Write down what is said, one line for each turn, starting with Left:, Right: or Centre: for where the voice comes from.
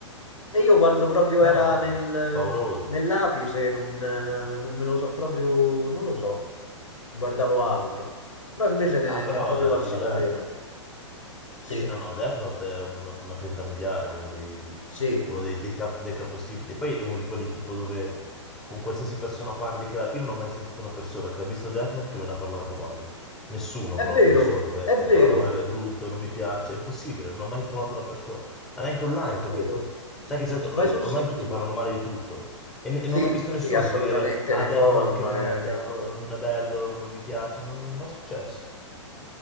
Left: E io quando proprio
Centre: No,
Left: era
Centre: no,
Left: nel,
Centre: pauroso.
Left: nell'apice non, eh, non me lo so proprio, non lo so, guardavo altro. Però invece ne,
Centre: No, però
Left: ne è proprio valsa
Centre: è di livello.
Left: la pena. Sì.
Centre: Sì, sì, no, no, Death Note è una, una pietra miliare, uno dei,
Left: Sì,
Centre: uno dei, dei cap- dei capostipiti. E poi è uno di quelli tipo dove con qualsiasi persona parli, che la- io non ho mai sentito una persona che ha visto Death Note che me ne ha parlato male. Nessuno
Left: è
Centre: proprio,
Left: vero,
Centre: nessuno che mi
Left: è
Centre: ha
Left: vero,
Centre: detto, ah no, è, è brutto, non mi piace, è impossibile, non ho mai trovato una persona. Ma neanche online,
Left: è vero.
Centre: capito? Sai che di solito
Left: Vai
Centre: on-
Left: sul
Centre: online
Left: sicuro.
Centre: tutti parlano male di tutto. E, ne- e
Left: Sì,
Centre: non ho mai visto
Left: sì,
Centre: nessuno
Left: assolutamente,
Centre: tipo dire, ah
Left: nei
Centre: Death
Left: forum,
Centre: Note che merda,
Left: eh, nei for-
Centre: non, non- non è bello, non, non mi piace, non, non è mai successo.